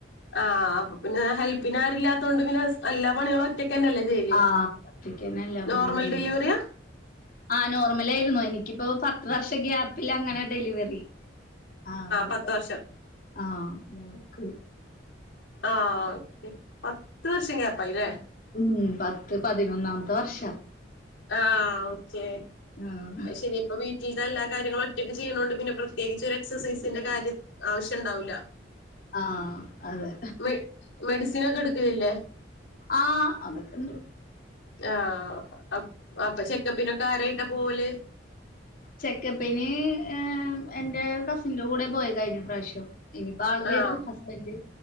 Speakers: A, on the left; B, on the left.
A: ആഹ് പിന്നെ ഹെൽപ്പിന് ആരുല്ലാത്തോൊണ്ട് പിന്നെ എല്ലാ പണികളും ഒറ്റയ്ക്കന്നെല്ലേ ചെയ്യല്
B: ആഹ് ഒറ്റയ്ക്കന്നെ എല്ലാ
A: നോർമൽ
B: പണിയും ചെയ്യും
A: ഡെലിവറിയാ
B: ആഹ് നോർമലയിരുന്നു എനിക്കിപ്പോ പത്ത് വർഷ ഗ്യാപ്പിൽ അങ്ങനെ ഡെലിവറി ആഹ്
A: പത്ത് വർഷം
B: ആഹ് മോൾക്
A: ആഹ് ക്കെ പത്ത് വർഷം ഗ്യാപ്പായ്ല്ലേ
B: ഉം പത്ത് പതിനൊന്നാമത്തെ വർഷ
A: ആഹ് ഓക്കെ
B: ആഹ്
A: ശരി ഇപ്പ വീട്ടില എല്ലാ കാര്യങ്ങളും ഒറ്റക്ക് ചെയ്യ്ണോണ്ട് പിന്നെ പ്രത്യേകിച്ച് ഒരു എക്സസൈസിന്റെ കാര്യം ആവശ്യം ണ്ടാവൂല
B: ആഹ് അതെ
A: മെ മെഡിസിൻ ഒക്കെ എടുക്കലില്ലേ
B: ആഹ് അതൊക്കെണ്ട്
A: ആഹ് അപ്പൊ ചെക്കപ്പിനൊക്കെ ആരായിട്ടാ പോവല്
B: ചെക്കപ്പിന് എഹ് എന്റെ കസിന്റെ കൂടെ പോയിതായിരുന്നു പ്രാശ്യം ഇനിപ്പോ ആള്
A: ആഹ്
B: വരും ഹസ്ബന്റ്